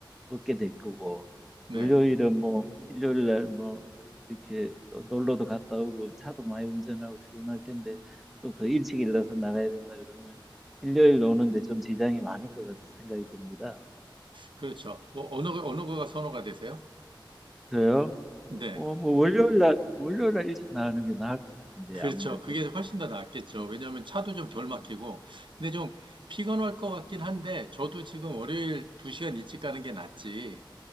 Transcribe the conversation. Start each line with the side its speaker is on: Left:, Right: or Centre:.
Centre: 없게 될 거고
Right: 네.
Centre: 월요일은 뭐 일요일 날 뭐 이렇게 또 놀러도 갔다 오고 차도 많이 운전하고 피곤할 텐데 또 더 일찍 일어나서 나가야 된다 그러면 일요일 오는데 좀 지장이 많을 것 같은 생각이 듭니다.
Right: 그렇죠. 뭐, 어느, 거- 어느 거가 선호가 되세요?
Centre: 그래요?
Right: 네
Centre: 어, 뭐 월요일 날 월요일 날 일찍 나가는 게 나을 것 같은데
Right: 그렇죠.
Centre: 아무래도
Right: 그게 훨씬 더 낫겠죠.
Centre: 예,
Right: 왜냐하면 차도 좀 덜 막히고.
Centre: 예,
Right: 근데 좀 피곤할 것 같긴 한데, 저도 지금 월요일 2시간 일찍 가는 게 낫지.